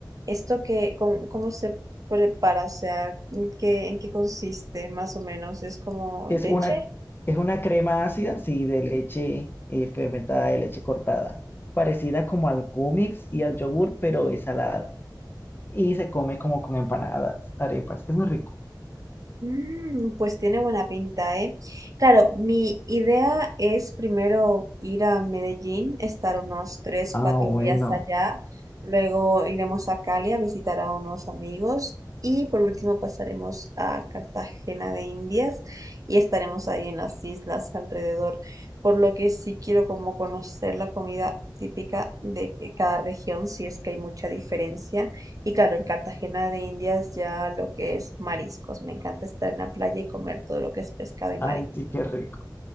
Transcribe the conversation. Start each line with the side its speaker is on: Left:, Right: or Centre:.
Right: ¿Esto que, cómo, cómo se prepara? O sea, ¿en qué, en qué consiste más o menos? ¿Es como
Left: Es
Right: leche?
Left: una, es una crema ácida, sí, de leche eh, fermentada, de leche cortada, parecida como al cúmix y al yogur, pero es salado. Y se come como con empanadas, arepas. Es muy rico.
Right: Mm, pues tiene buena pinta, ¿eh? Claro, mi idea es primero ir a Medellín, estar unos tres,
Left: Ah,
Right: cuatro
Left: bueno.
Right: días allá, luego iremos a Cali a visitar a unos amigos y por último pasaremos a Cartagena de Indias y estaremos ahí en las islas alrededor, por lo que sí quiero como conocer la comida típica de cada región, si es que hay mucha diferencia. Y claro, en Cartagena de Indias ya lo que es mariscos. Me encanta estar en la playa y comer todo lo que es pescado y marisco.
Left: Ay, sí, qué rico.